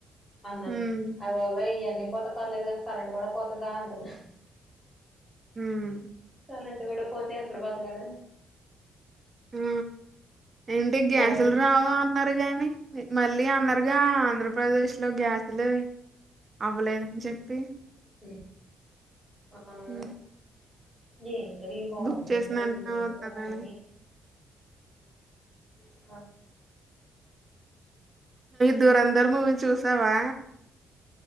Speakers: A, in the centre; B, on the right.
A: అన్నాను
B: హ్మ్.
A: అయ్ బాబోయ్ ఈ అన్ని పోతే పర్లేదు కానీ కరెంట్ కూడా పోతదా అంటది
B: హ్మ్
A: కరెంట్ కూడా పోతే ఎక్కడ బతకాలి
B: ఉ ఏంటి గ్యాసులు
A: అవును
B: రావా అన్నారు గాని మళ్ళీ అన్నారు త్వరగా ఆంధ్రప్రదేశ్ లో గ్యాసులు అవ్వలేదని చెప్పి
A: ఎ ఆవును
B: హ్మ్.
A: ఏం ఇంట బర్ంట
B: బుక్ చేసిన వెంటనే
A: ఇంట
B: వత్తదని.
A: కొనీ హ
B: దురేందర్ మూవీ చూసావా